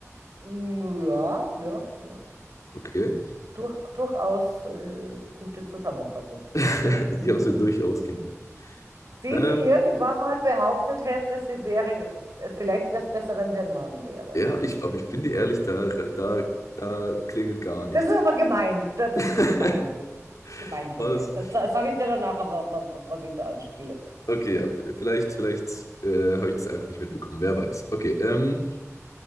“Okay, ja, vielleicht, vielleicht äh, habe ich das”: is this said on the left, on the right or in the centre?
Left